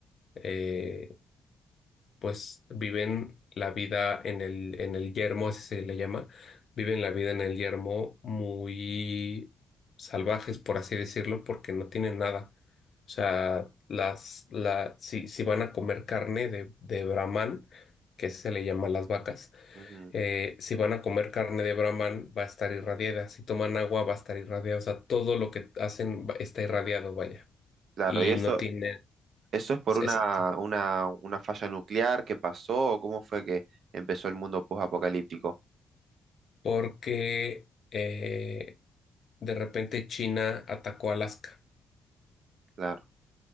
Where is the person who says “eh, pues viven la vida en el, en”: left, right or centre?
Left